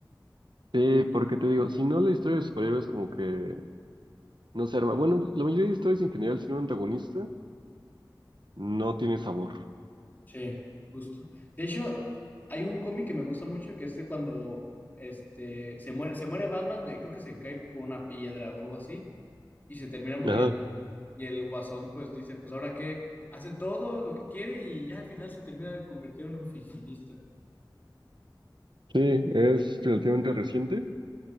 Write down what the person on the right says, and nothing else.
Sí, porque te digo, si no la historia de superhéroes como que no se arma. Bueno, la mayoría de historias en general, si no hay antagonista, no tiene sabor.
Ajá.
Sí, es relativamente reciente.